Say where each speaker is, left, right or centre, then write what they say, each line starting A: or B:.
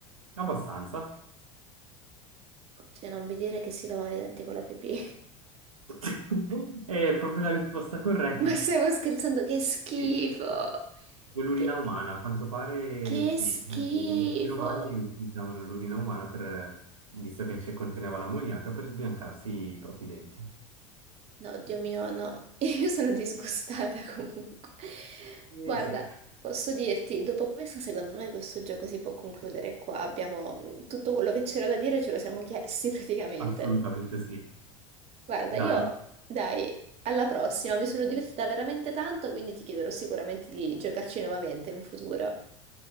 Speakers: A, on the right; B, on the right.
A: abbastanza.
B: Oddio, non mi dire che si lavano i denti con la pipì.
A: <laughs> È proprio la risposta corretta.
B: <laughs> Ma stiamo scherzando, che schifo!
A: Sì, L'urina
B: Che,
A: umana, a quanto pare
B: che
A: sì,
B: schifo!
A: gli antichi romani utilizzavano l'urina umana per, visto che ci conteneva l'ammoniaca, per sbiancarsi i propri denti.
B: No, Dio mio, no, <laughs> io sono disgustata <laughs> comunque.
A: Eh
B: Guarda,
A: sì,
B: posso dirti, dopo questo, secondo me questo gioco si può concludere qua. Abbiamo mh, tutto quello che c'era da dire, ce lo siamo chiesti <laughs> praticamente.
A: assolutamente sì.
B: Guarda,
A: Dai,
B: io, dai, alla prossima, mi sono divertita veramente tanto, quindi ti chiederò sicuramente di giocarci nuovamente in futuro.